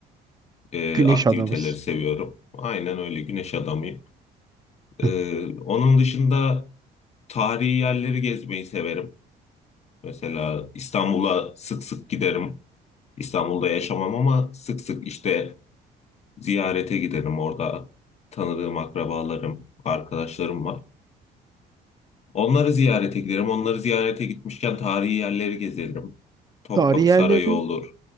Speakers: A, on the left; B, on the right.
A: e,
B: Güneş
A: aktiviteleri
B: adamız.
A: seviyorum. Aynen öyle güneş adamıyım.
B: <laughs>
A: E, onun dışında tarihi yerleri gezmeyi severim. Mesela İstanbul'a sık sık giderim. İstanbul'da yaşamam ama sık sık işte ziyarete giderim. Orada tanıdığım akrabalarım, arkadaşlarım var. Onları ziyarete giderim. Onları ziyarete gitmişken tarihi yerleri gezerim. Topkapı
B: Tarihi yerleri,
A: Sarayı olur.